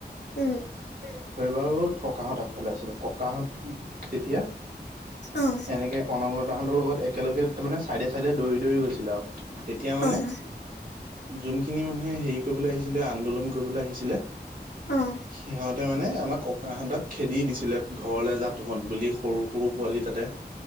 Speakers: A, on the left; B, on the right.
A: উম,
B: সেইবাৰু। ককাহঁত আগফেলাই আছিলে ককাহঁত তেতিয়া।
A: অ',
B: এনেকে কনকলতা হঁতৰ লগত একেলগে তাৰ মানে চাইডে চাইডে দৌৰি দৌৰি গৈছিলে আৰু। তেতিয়া মানে
A: অ',
B: যোনখিনি মানুহে হেৰি কৰিবলৈ আহিছিলে আন্দোলন। কৰিবলৈ আহিছিলে
A: অ',
B: সিহঁত। তে মানে আমাৰ ককাহঁতক খেদি দিছিলে ঘৰলৈ যাত তহঁত বুলি সৰু সৰু পোৱালি। তাতে।